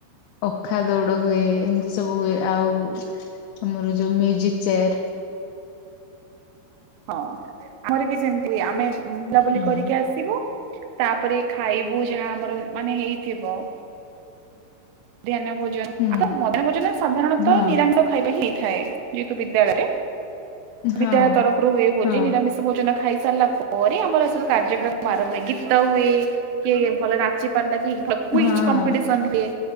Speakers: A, on the left; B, on the right.
A: ଅଖା ଦୌଡ ହୁଏ ଏମତି ସ ସବୁୁ ଆଉ ଆମର ଯୋଉ ମ୍ୟୁଜିକ ଚେୟାର।
B: ହଁ ଆମର ବି ସେମିତି ହୁଏ ଆମେ ବୁଲାବୁଲି
A: ହଁ
B: କରିକି ଆସିବୁ। ତାପରେ ଖାଇବୁ ଯାହା ଆମର ମାନେ ହେଇଥିବ। ମଧ୍ୟାନ ଭୋଜନ
A: ହୁଁ
B: ଆ ମଧ୍ୟାନ ଭୋଜନ ସାଧାରଣତଃ
A: ହଁ
B: ନିରାମିଷ। ଖାଇବା ହେଇଥାଏ ଯେହେତୁ ବିଦ୍ୟାଳୟରେ
A: ହଁ
B: ବିଦ୍ୟାଳୟ ତରଫରୁ ହୁଏ ଭୋଜି
A: ହଁ
B: ନିରାମିଷ। ଭୋଜନ ଖାଇସାରିଲା ପରେ ଆମର ସବୁ କାର୍ଯ୍ୟକ୍ରମ ଆରମ୍ଭ ହୁଏ ଗୀତ ହୁଏ କିଏ ଭଲ ନା ଚି ପାରିଲା କି ଭ କୁଇଜ୍
A: ହଁ
B: କମ୍ପିଟିସନ୍ ହୁଏ